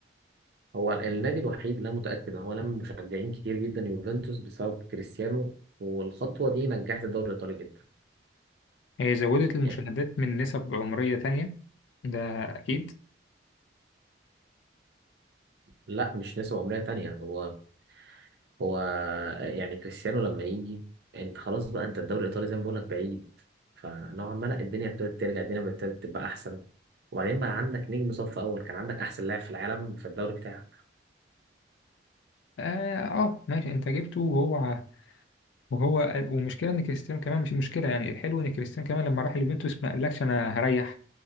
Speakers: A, on the right; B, on the left.
A: هو النادي الوحيد اللي أنا متأكد إن هو لم مشجعين كتير جدا يوفنتوس بسبب كريستيانو والخطوة دي نجحت الدوري الإيطالي جدا
B: هي زودت المشاهدات
A: يعني
B: من نسب عمرية تانية ده اكيد
A: لا مش نسبة عمرية تانية هو هو يعني كريستيانو لما يجي انت خلاص بقى انت الدوري الايطالي زي ما بقولك بعيد فنوعا ما لا الدنيا ابتدت ترجع الدنيا ابتدت تبقى احسن وبعدين بقى عندك نجم صف اول كان عندك احسن لاعب في العالم في الدوري بتاعك
B: اه آه، ماشي انت جبته وهو وهو ومشكلة إن كريستيانو كمان مش مشكلة يعني الحلو إن كريستيانو كمان لما راح اليوفنتوس ما قالكش أنا هريح